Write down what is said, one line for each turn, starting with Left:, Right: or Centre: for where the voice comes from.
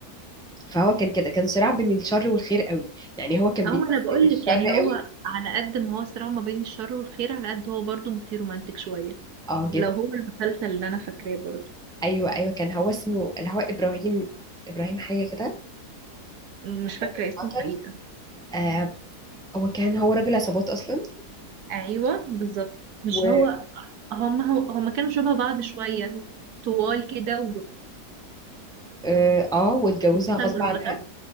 Centre: فهو كان كده كان صراع بين الشر والخير قوي يعني هو كان
Right: هو
Centre: بيمثل
Right: انا بقول
Centre: الشر
Right: لك يعني هو
Centre: قوي
Right: على قد ما هو صراع ما بين الشر والخير على قد هو برضه فيه رومانتك شويه
Centre: اه جدا
Right: لو هو المسلسل اللي انا فاكراه برضه
Centre: ايوه ايوه كان هو اسمه اللي هو ابراهيم ابراهيم حاجة كده
Right: مش فاكره
Centre: كان البطل
Right: اسمه حقيقه
Centre: آه هو كان هو راجل عصابات اصلا
Right: ايوه بالظبط مش
Centre: و
Right: هو هم هو هم كانوا شبه بعض شويه طوال كده
Centre: اه آه، واتجوزها
Right: والبطل
Centre: غصب
Right: والبطل
Centre: عنها